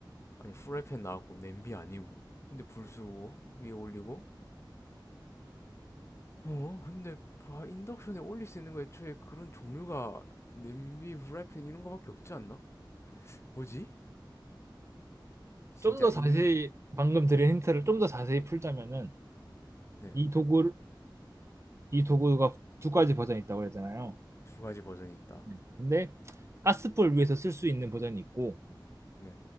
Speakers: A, on the left (about 35°); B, on the right (about 35°).
A: 아니, 후라이팬 나왔고, 냄비 아니고. 근데 불 쓰고, 위에 올리고, 어, 근데 와, 인덕션에 올릴 수 있는 거 애초에 그런 종류가 냄비, 후라이팬 이런 거밖에 없지 않나? 뭐지? 진짜
B: 좀 더 자세히,
A: 있는
B: 방금 드린 힌트를 좀 더 자세히 풀자면은,
A: 네,
B: 이 도구, 이 도구가 두 가지 버전이 있다고 그랬잖아요.
A: 두 가지 버전이 있다.
B: 음. 근데, 가스불 위에서 쓸 수 있는 버전이 있고,
A: 네.